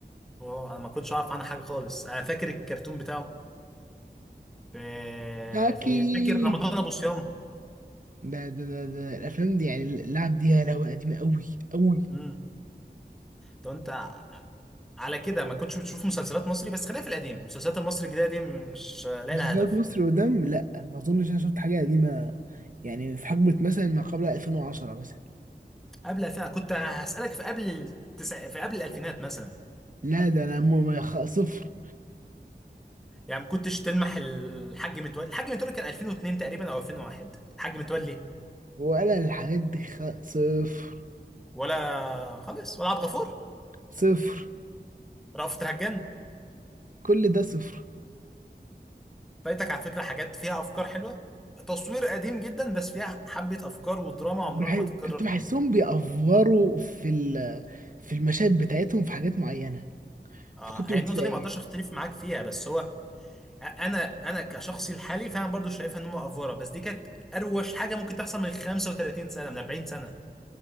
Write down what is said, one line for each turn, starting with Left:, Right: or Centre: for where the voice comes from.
Centre: اه انا ما كنتش اعرف عنها حاجه خالص انا فاكر الكرتون بتاعه في
Right: جاكي
Centre: في فاكر رمضان ابو صيام
Right: ده ده ده, ده الافلام دي يعني اللعب دي يا لهوي قديمة قوي قوي
Centre: امم طب انت على كده ما كنتش بتشوف مسلسلات مصري بس خلينا في القديم المسلسلات المصري الجديده دي مش لاقي
Right: مسلسلات
Centre: لها هدف
Right: مصري قدام لا ما اظنش انا شفت حاجه قديمه يعني في حقبه مثلا ما قبل 2010 مثلا
Centre: قبل الفين كنت هسالك في قبل التسع... في قبل الالفينات مثلا
Right: لا ده انا م- ما خ- صفر
Centre: يعني ما كنتش تلمح الحاج متولي الحاج متولي كان 2002 تقريبا او 2001 الحاج متولي
Right: ولا الحاجات دي خ... صفر
Centre: ولا خالص ولا عبد الغفور
Right: صفر
Centre: رأفت الهجان
Right: كل ده صفر
Centre: فايتك على فكرة حاجات فيها أفكار حلوة تصوير قديم جدا بس فيها حبة أفكار ودراما
Right: بح...
Centre: عمرها ما تتكرر
Right: كنت
Centre: تاني
Right: بحسهم بيأفوروا في ال... في المشاهد بتاعتهم في حاجات معينه
Centre: آه
Right: فكنت
Centre: هي
Right: بتضايق
Centre: النقطة دي ما أقدرش
Right: يعني
Centre: أختلف معاك فيها بس هو أ- أنا أنا كشخصي الحالي فعلا برضو شايفها إن هم أفورة بس دي كانت أروش حاجة ممكن تحصل من 35 سنة من 40 سنة